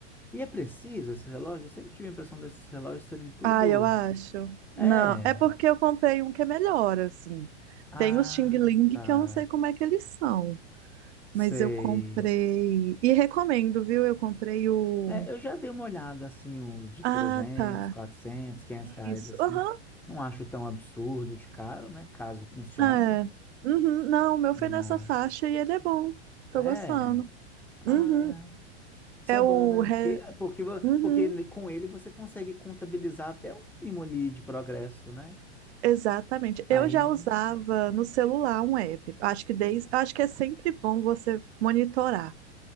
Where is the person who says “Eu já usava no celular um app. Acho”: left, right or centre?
Right